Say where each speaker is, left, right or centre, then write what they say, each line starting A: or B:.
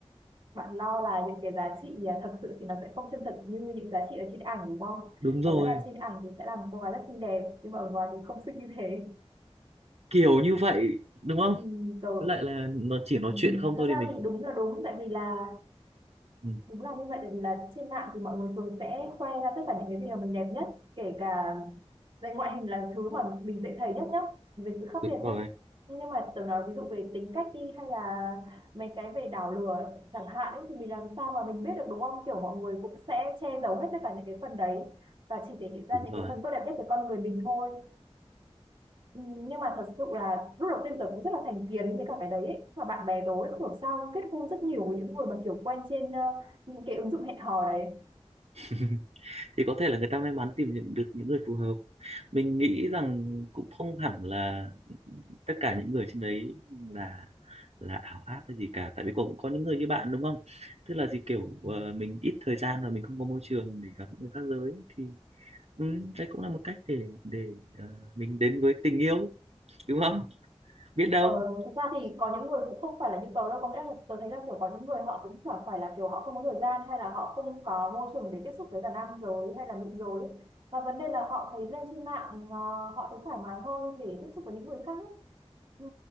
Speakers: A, on the right; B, on the right.
A: bạn lo là những cái giá trị à, thật sự thì nó sẽ không chân thật như những giá trị ở trên ảnh đúng không
B: đúng rồi
A: có nghĩa là trên ảnh thì sẽ là một cô gái rất xinh đẹp nhưng mà ở ngoài thì không xinh như thế
B: kiểu như vậy đúng không
A: Ừm, tớ
B: với lại là nó chỉ nói
A: ừm,
B: chuyện không
A: thật
B: thôi
A: ra
B: thì mình
A: thì
B: cũng
A: đúng là đúng tại vì là
B: Ừ,
A: Đúng là như vậy tại vì là trên mạng thì mọi người thường sẽ khoe ra tất cả những cái gì mà mình đẹp nhất kể cả về ngoại hình là thứ mà mình dễ thấy nhất nhá về sự khác
B: đúng
A: biệt
B: rồi,
A: nhá nhưng mà tớ nói ví dụ về tính cách đi hay là mấy cái về đảo lừa chẳng hạn ấy, thì mình làm sao mà mình biết được đúng không kiểu mọi người cũng sẽ che giấu hết tất cả những cái phần đấy và chỉ thể hiện ra
B: đúng
A: những
B: rồi.
A: cái phần tốt đẹp nhất của con người mình thôi Ừ, nhưng mà thật sự là lúc đầu tiên tớ cũng rất là thành kiến với cả cái đấy ấy. Và bạn bè tớ ấy, không hiểu sao kết hôn rất nhiều với những người mà kiểu quen trên ờ, những cái ứng dụng hẹn hò đấy
B: <laughs> Thì có thể là người ta may mắn tìm những, được những người phù hợp. Mình nghĩ rằng cũng không hẳn là tất cả những người trên đấy là là ảo áp hay gì cả. Tại vì cũng có những người như bạn đúng không? Tức là gì kiểu ờ, mình ít thời gian và mình không có môi trường để gặp những người khác giới thì ừ, đấy cũng là một cách để để ờ, mình đến với tình yêu đúng không? Biết đâu.
A: ờ, thực ra thì có những người cũng không phải là như tớ đâu có nghĩa là tớ thấy là kiểu có những người họ cũng chẳng phải là kiểu họ không có thời gian hay là họ không có môi trường để tiếp xúc với cả nam giới hay là nữ giới và vấn đề là họ thấy lên trên mạng ờ, họ thấy thoải mái hơn để tiếp xúc với những người khác ấy. Ừ,